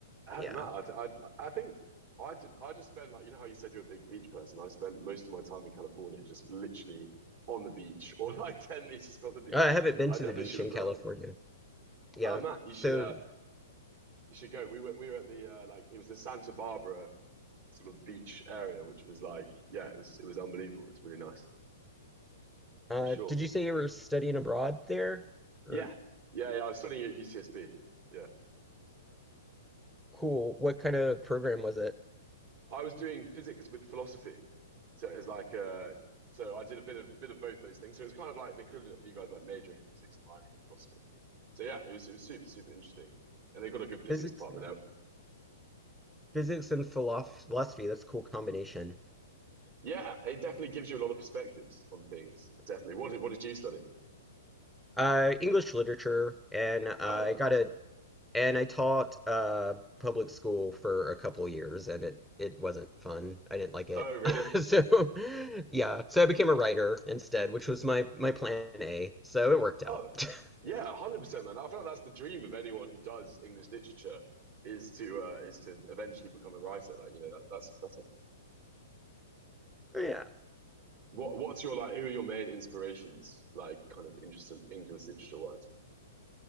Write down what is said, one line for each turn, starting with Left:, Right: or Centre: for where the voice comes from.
Right: oh,
Centre: Yeah.
Right: Matt, I, I, I think I did. I just spent like you know how you said you're a big beach person. I spent most of my time in California just literally on the beach <laughs> or like ten meters from the beach.
Centre: I haven't been
Right: I
Centre: to
Right: definitely
Centre: the beach
Right: should have
Centre: in
Right: got
Centre: California.
Right: that one.
Centre: Yeah.
Right: Oh, Matt, you
Centre: So,
Right: should uh you should go. We were we were at the uh, like it was the Santa Barbara sort of beach area, which was like, yeah, it was it was unbelievable. It was really nice
Centre: uh
Right: for sure.
Centre: did you say you were studying abroad there?
Right: Yeah,
Centre: Or
Right: yeah, yeah. I was studying at UCSB. Yeah,
Centre: cool. What kind of program was it?
Right: I was doing physics with philosophy, so it was like uh, so I did a bit of bit of both those things. So it was kind of like the equivalent of you guys like majoring in physics and minoring in philosophy. So yeah, it was it was super super interesting. And they got a good physics
Centre: Physics.
Right: department out.
Centre: Physics and philosoph- philosophy. That's a cool combination.
Right: Yeah, it definitely gives you a lot of perspectives on things. Definitely. What did what did you study?
Centre: Uh English literature and uh, I
Right: Oh, nice.
Centre: got a And I taught uh, public school for a couple of years, and it it wasn't fun. I didn't like it.
Right: Oh, really?
Centre: <laughs> So yeah, so I became a writer instead, which was my my plan A. So it worked out.
Right: Oh,
Centre: <laughs>
Right: Yeah, one hundred percent, man. I feel like that's the dream of anyone who does English literature is to uh, is to eventually become a writer. Like you know that, that's that's it.
Centre: Yeah.
Right: What what's your like? Who are your main inspirations? Like kind of interest English literature wise.